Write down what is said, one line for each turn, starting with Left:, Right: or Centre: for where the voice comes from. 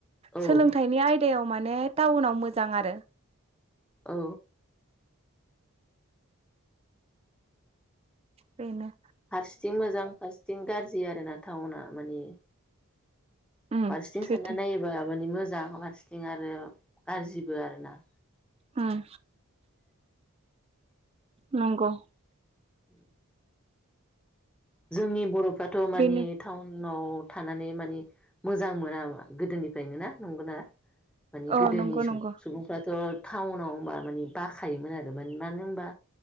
Centre: औ
Right: सोलोंथाइनि आयदायाव मानि मे टाउनाव मोजां आरो
Centre: औ
Right: बिनोे
Centre: हारसिथिं मोजां फार बिथिं गाज्रि आरोना टाउना मानिे
Right: उम
Centre: फारसेथिं
Right: सैथो
Centre: सानना नायोबा माने मोजां मोजां लास्टिं आरो गाज्रिबो आरोना
Right: ओम नंगौ
Centre: <inaudible> जोंनि बर'फ्राथ' माने
Right: बेनो
Centre: टाउन फाव थानानै मानिे मोजां मोनामा गोदोनिफ्रायनो ना नंगौना माने
Right: औ
Centre: गोदोनि
Right: नंगौ नंगौ
Centre: सुबुंफ्राथ' टाउनाव होनोमबा मानि बाखायोमोन आरो म मानो होनबा